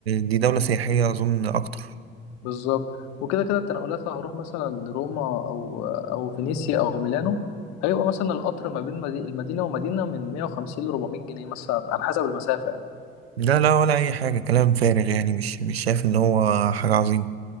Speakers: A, on the right; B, on the left.
A: دي دولة سياحية أظن أكتر
B: بالظبط وكده كده التنقلات لو هروح مثلا لروما او او فينيسيا او ميلانو هيبقى مثلا القطر ما بين مدي- المدينه ومدينه من 150 ل 400 جنيه مثلا على حسب المسافه يعني
A: لا لا ولا اي حاجه كلام فارغ يعني مش مش شايف ان هو حاجه عظيمه